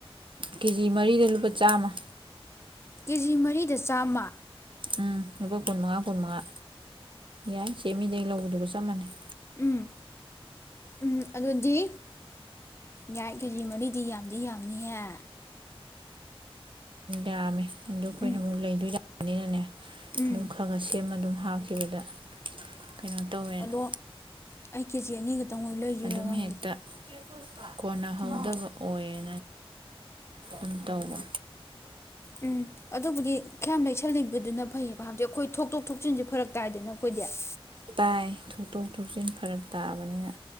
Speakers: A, on the right; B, on the left.
A: ꯀꯦꯖꯤ ꯃꯔꯤꯗ ꯂꯨꯄꯥ ꯆꯥꯃ
B: ꯀꯦꯖꯤ ꯃꯔꯤꯗ ꯆꯥꯃ
A: ꯎꯝ ꯂꯨꯄꯥ ꯀꯨꯟ ꯃꯉꯥ ꯀꯨꯟ ꯃꯉꯥ ꯌꯥꯏ ꯁꯦꯃꯤꯗꯩ ꯂꯧꯕꯗꯨꯒ ꯆꯞ ꯃꯥꯅꯩ
B: ꯎꯝ ꯎꯝ ꯑꯗꯨꯗꯤ ꯌꯥꯏ ꯀꯦꯖꯤ ꯃꯔꯤꯗꯤ ꯌꯥꯝꯗꯤ ꯌꯥꯝꯅꯤꯍꯦ
A: ꯌꯥꯝꯃꯦ ꯑꯗꯣ ꯑꯩꯈꯣꯏꯅ
B: ꯎꯝ
A: ꯑꯃꯨꯛ ꯂꯩꯗꯣꯏꯔꯥ <unintelligible>
B: ꯎꯝ
A: ꯑꯗꯨꯝ ꯈꯔ ꯈꯔ ꯁꯦꯝꯃ ꯑꯗꯨꯝ ꯍꯥꯞꯈꯤꯕꯗ ꯀꯩꯅꯣ ꯇꯧꯋꯦꯅ
B: ꯑꯗꯣ ꯑꯩ ꯀꯦꯖꯤ ꯑꯅꯤ ꯂꯩꯖꯤꯔ
A: ꯑꯗꯨꯝ
B: ꯈꯪꯗꯦ
A: ꯍꯦꯛꯇ ꯀꯣꯟꯅꯍꯧꯗꯕ
B: ꯎꯝ
A: ꯑꯣꯏꯌꯦ ꯑꯗꯨꯝ ꯇꯧꯕ
B: ꯎꯝ ꯑꯗꯨꯕꯨꯗꯤ ꯈꯔ ꯌꯥꯝ ꯂꯩꯁꯤꯜꯂꯤꯕꯗꯨꯅ ꯐꯩꯌꯦꯕ ꯍꯥꯏꯗꯤ ꯑꯩꯈꯣꯏ ꯊꯣꯛꯇꯣꯛ ꯊꯣꯛꯆꯤꯟ ꯐꯔꯛ ꯇꯥꯏꯌꯦꯕ <unintelligible>
A: ꯇꯥꯏ ꯊꯣꯛꯇꯣꯛ ꯊꯣꯀꯆꯤꯟ ꯐꯔꯛ ꯇꯕꯅꯤꯅ